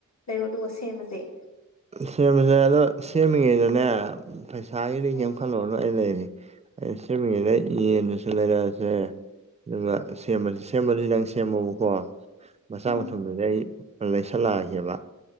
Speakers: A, on the left; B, on the right.
A: ꯂꯩꯔꯣ ꯑꯗꯨꯒ ꯁꯦꯝꯃꯖꯩ
B: ꯁꯦꯝꯕꯁꯦ ꯑꯗꯣ ꯁꯦꯝꯃꯤꯉꯩꯗꯅꯦ ꯄꯩꯁꯥꯒꯤꯗꯤ
A: ꯎꯝ
B: ꯌꯥꯝꯈꯠꯂꯛꯅ ꯑꯩ ꯂꯩꯔꯤ ꯑꯩ ꯁꯦꯝꯃꯤꯉꯦꯅꯦ ꯌꯦꯟꯗꯁꯨ ꯂꯩꯔꯛꯑꯁꯦ ꯑꯗꯨꯒ ꯁꯦꯝꯕꯁ ꯁꯦꯝꯕꯁꯨ ꯅꯪ ꯁꯦꯝꯃꯣꯕꯀꯣ ꯃꯆꯥ
A: ꯎꯝ
B: ꯃꯊꯨꯝꯗꯨꯗꯤ ꯑꯩ ꯂꯩꯁꯜꯂꯛꯑꯒꯦꯕ